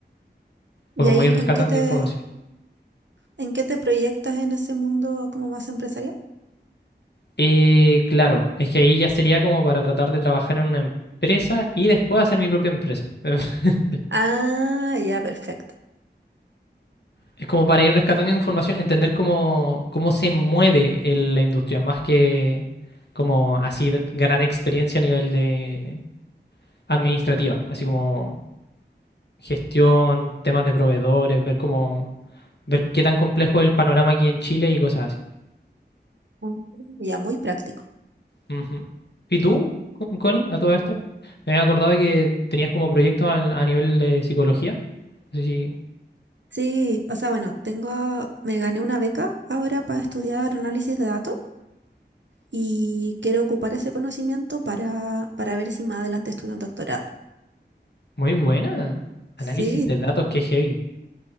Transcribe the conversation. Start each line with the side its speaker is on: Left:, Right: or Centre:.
Right: ¿Y
Left: pues como
Right: ahí
Left: ir rescatando
Right: en qué te,
Left: información.
Right: en qué te proyectas en ese mundo como más empresarial?
Left: Eh, claro, es que ahí ya sería como para tratar de trabajar en una empresa y después hacer mi propia empresa. <laughs>
Right: Ah, ya, perfecto.
Left: Es como para ir rescatando información, entender cómo, cómo se mueve el- la industria, más que como así de- ganar experiencia a nivel de administrativa, así como gestión, temas de proveedores, ver cómo, ver qué tan complejo es el panorama aquí en Chile y cosas así.
Right: Ah, Ya, muy práctico.
Left: Ujú. ¿Y tú, Con- Connie, a todo esto? Me había acordado de que tenías como proyectos al- a nivel de psicología. Sí,
Right: Sí, o sea, bueno, tengo, me gané una beca ahora para estudiar análisis de datos. y quiero ocupar ese conocimiento para, para ver si más adelante estudio un doctorado.
Left: muy buena.
Right: Sí,
Left: Análisis de datos, qué heavy.